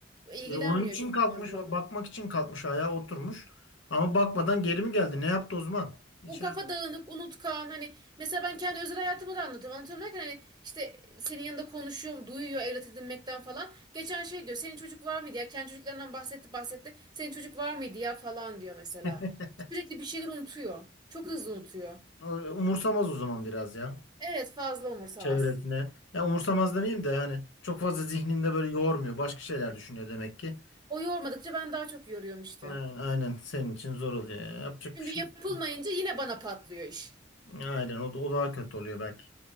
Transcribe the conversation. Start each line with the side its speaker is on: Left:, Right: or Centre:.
Right: İlgilenmiyor
Left: E, onun için
Right: çok
Left: kalkmış,
Right: fazla.
Left: o bakmak için kalkmış ayağa oturmuş. Ama bakmadan geri mi geldi? Ne yaptı Osman? İçeride.
Right: O kafa dağınık, unutkan hani mesela ben kendi özel hayatımı da anlatıyorum. Anlatıyorum derken hani işte senin yanında konuşuyor, duyuyor evlat edinmekten falan. Geçen şey diyor, senin çocuk var mıydı ya? Kendi çocuklarından bahsetti bahsetti. Senin çocuk var mıydı ya falan diyor mesela.
Left: <laughs>
Right: Sürekli bir şeyler unutuyor. Çok hızlı unutuyor.
Left: O, Umursamaz o zaman biraz ya.
Right: Evet fazla umursamaz.
Left: Çevresine. Ya umursamaz demeyeyim de yani çok fazla zihninde böyle yormuyor. Başka şeyler düşünüyor demek ki.
Right: O yormadıkça ben daha çok yoruyorum işte.
Left: Aynen, aynen senin için zor oluyor. ya. Yapacak
Right: Şimdi
Left: bir şey
Right: yapılmayınca
Left: yok.
Right: yine bana patlıyor iş.
Left: Aynen o, o daha kötü oluyor belki.